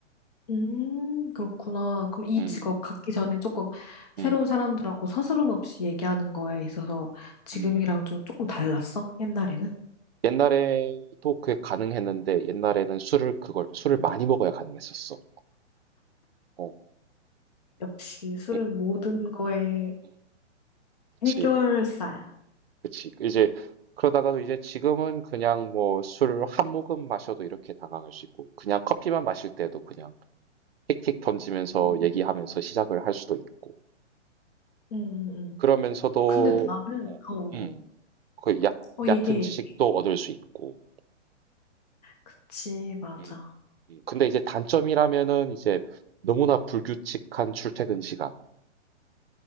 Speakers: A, on the left; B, on the right.
A: 음, 그렇구나. 그럼 이
B: 음,
A: 직업 갖기 전에 조금 새로운
B: 음,
A: 사람들하고 서스름 없이 얘기하는 거에 있어서 지금이랑
B: 음.
A: 좀 조금 달랐어? 옛날에는?
B: 옛날에도 그게 가능했는데 옛날에는 술을 그걸 술을 많이 먹어야 가능했었어. 어,
A: 역시 술은
B: 음,
A: 모든 거의
B: 음. 그치.
A: 해결사야.
B: 그치. 이제 그러다가도 이제 지금은 그냥 뭐 술 한 모금 마셔도 이렇게 다가갈 수 있고 그냥 커피만 마실 때도 그냥 킥킥 던지면서
A: 음,
B: 얘기하면서 시작을 할 수도 있고
A: 음, 음. 음.
B: 그러면서도
A: 근데 나는,
B: 어
A: 어,
B: 음
A: 어,
B: 그 얕
A: 어,
B: 얕은
A: 얘기해.
B: 지식도
A: 얘기해.
B: 얻을 수 있고
A: 그치, 맞아.
B: 음. 음 근데 이제 단점이라면은 이제 너무나 불규칙한 출퇴근 시간.